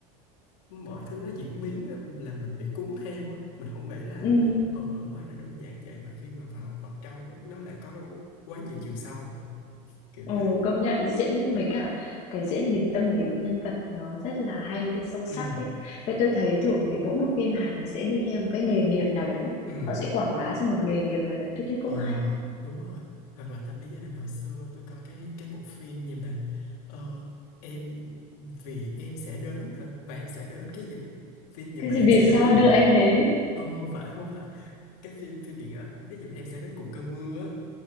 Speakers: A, on the left; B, on the left.
A: mọi thứ nó diễn biến á, là mình bị cuốn theo á, mình không
B: <laughs>
A: nghĩ là
B: Ừm,
A: ừ ở ngoài nó đơn giản vậy mà khi mà vào vào trong á nó lại có quá nhiều chiều sâu kiểu
B: ồ,
A: vậy.
B: công nhận diễn với cả cái diễn biến tâm lý của nhân vật nó rất là hay với sâu sắc
A: Ừ.
B: ấy. Với tôi thấy thường thì mỗi một phim Hàn nó sẽ đi theo một cái nghề nghiệp nào đấy.
A: Ừ.
B: Họ sẽ quảng bá cho một nghề nghiệp nào đấy. Tôi thấy cũng
A: Ờ
B: hay.
A: đúng rồi Hoặc là tâm lý gia đình hồi xưa Tôi coi cái cái bộ phim gì mà ờ, Em vì em sẽ đến hả Và em sẽ đến cái gì Phim gì
B: Cái
A: mà
B: gì
A: em
B: vì
A: sẽ
B: sao
A: đến cùng
B: đưa anh
A: c-
B: đến?
A: Không không phải không phải Cái phim phim điện ảnh Cái gì mà em sẽ đến cùng cơn mưa á